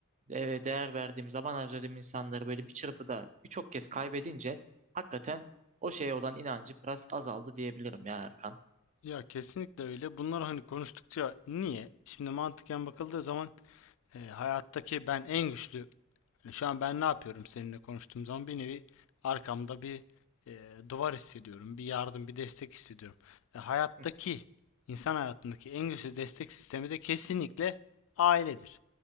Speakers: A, on the right (about 35°); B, on the left (about 65°).
A: e, değer verdiğim, zaman harcadığım insanları böyle bir çırpıda birçok kez kaybedince hakikaten o şeye olan inancı biraz azaldı diyebilirim ya Erkan.
B: Ya kesinlikle öyle. Bunlar hani konuştukça niye? Şimdi mantıken bakıldığı zaman e, hayattaki ben en güçlü Yani şu an ben ne yapıyorum seninle konuştuğum zaman bir nevi arkamda bir e, duvar hissediyorum. Bir yardım, bir destek hissediyorum. E, hayattaki,
A: <laughs>
B: insan hayatındaki en güçlü destek sistemi de kesinlikle ailedir.